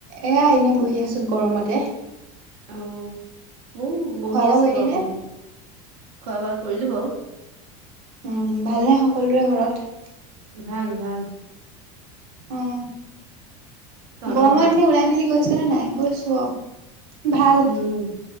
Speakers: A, on the right; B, on the right.
A: এয়া এনে বহি আছোঁ গৰমতে।
B: আহ মইও বহি
A: খোৱা বোৱা
B: আছোঁ
A: কৰিলি
B: গৰমতে।
A: নে?
B: খোৱা বোৱা কৰিলোঁ বাৰু।
A: উম, ভালনে সকলোৰে ঘৰত?
B: ভাল -ভাল।
A: অহ,
B: তহঁতৰ
A: গৰমৰ
B: ভাল?
A: দিনে ওলাই মেলি গৈছে নে নাই? গৈছো ভাল।
B: উম